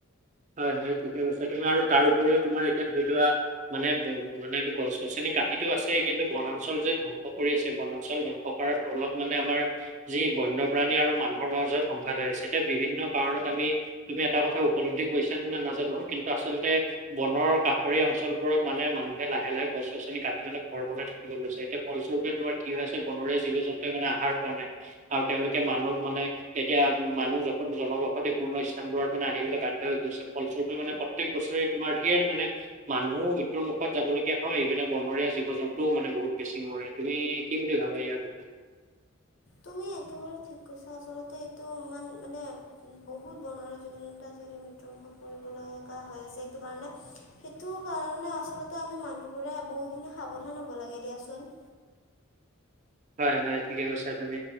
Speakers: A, on the right (about 35°); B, on the left (about 60°).
A: হয় হয় ঠিকে কৈছো তুমি আৰু তাৰ উপৰিও তোমাৰ এতিয়া ধৰি লোৱা। মানে ব মানে গছ গছনি কাটিতো আছে কিন্তু বনাঞ্চল যে ধংস কৰি আছে বনাঞ্চল ধ্বংস কৰাৰ ফলত মানে আমাৰ যি বন্যপ্ৰাণী আৰু মানুহৰ মাজাজত সংঘাত হৈ আছে এতিয়া বিভিন্ন কাৰণত আমি। তুমি এটা কথা উপলব্ধি কৰিছা নে নাজানো কিন্তু আচলতে বনৰ কাষৰীয়া অঞ্চলবোৰত মানে মানুহে লাহে লাহে গছ গছনি কাটি মেলাই ঘৰ বনাই থাকে। লৈছে এতিয়া ফলস্বৰূপে তোমাৰ কি হয় আছে বনৰে জীৱ জন্তুৱে মানে আহাৰ পোৱা নাই। আৰু তেওঁলোকে মানৱ মানে এতিয়া মানুহ য জনবসতি পূৰ্ণ ইলানবোৰত মানে আহিবলৈ ব গৈছে ফলচৰটো মানে প্ৰত্যেক বছৰে তোমাৰ ধেৰ মানে মানুহো মৃত্যুৰ মুখত যাবলগীয়া হয় ইপিনে বনৰীয়া জীৱ জন্তুও মানে বহুত বেছি মৰে। তুমি কি বুলি ভাবা ইয়াৰ কথা
B: তুমি একেবাৰে ঠিক কৈছা আচলতে এইটো ইমান মানে। বহুত বনৰৰে জীৱ জন্তু আজিকালি মৃত্যুমুখত পৰিবলৈ একা হৈ আছে সেইটো কাৰণে। সেইটো কাৰণে আচলতে আমি মানুহবোৰে বহুখিনি সাৱধান হ'ব লাগে দিয়াচোন।
A: হয় হয় ঠিকে কৈছা তুমি